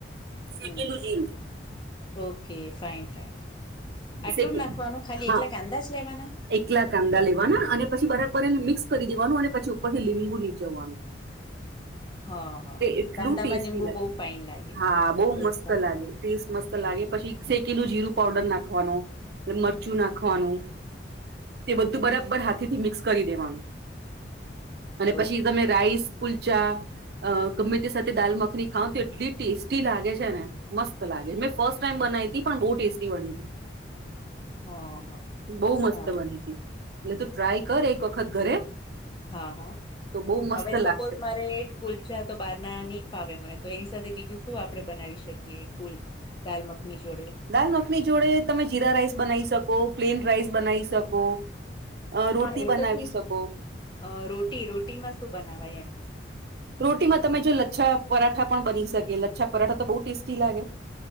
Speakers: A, on the right (about 55°); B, on the left (about 25°).
A: શેકેલું
B: હમ
A: જીરું
B: ઓકે ફાઇન ફાઈન આટલું
A: શેકી
B: જ નાખવાનું. ખાલી
A: હા
B: એકલા કાંદા જ લેવાના.
A: એકલા કાંદા લેવાના અને પછી બરાબર એને મિક્સ કરી દેવાનું અને પછી ઉપર થી લીંબુ નીચોવવાનું.
B: હ હ હ
A: એટલું
B: કાંદામાં
A: ટેસ્ટી
B: લીંબુ
A: લાગે
B: બહુ ફાઈન લાગે
A: હા
B: ટેસ્ટ
A: બહુ મસ્ત
B: સારો લાગે.
A: ટેસ્ટ મસ્ત લાગે પછી શેકીલુ જીરું પાવડર નાખવાનું મરચું નાખવાનું. તે બધું બરાબર હાથેથી મિક્સ કરી દેવાનું અને
B: ઓકે
A: પછી તમે રાઈસ કુલચા અ ગમેતે સાથે દાલ મખની ખાવ તો એટલી ટેસ્ટી લાગે છે ને. મસ્ત લાગે મેં ફર્સ્ટ ટાઈમ બનાઈતી પણ બહુ ટેસ્ટી બની હતી.
B: હ હ
A: બહુ
B: સારું.
A: મસ્ત બની એટલે તું ટ્રાય કર એક વખત ઘરે.
B: હા હા
A: તો બહુ મસ્ત
B: હવે સપોઝ
A: લાગશે
B: મારે એક કુલચા તો બાર ના ની ફાવે મને તો એની સાથે બીજું શું આપડે બનાવી શકીએ કુલ દાલ મખની જોડે.
A: દાલ મખની જોડે તમે જીરા રાઈસ બનાવી શકો પ્લેન રાઇસ બનાવી શકો. અ
B: હા
A: રોટી
B: એ
A: બનાવી
B: તો ઠીક
A: શકો
B: અ રોટી રોટીમાં શું બનાવાય એમ.
A: રોટીમાં તમે જો લચ્છા પરાઠા પણ બની શકે લચ્છા પરાઠા તો બહુ ટેસ્ટી લાગે.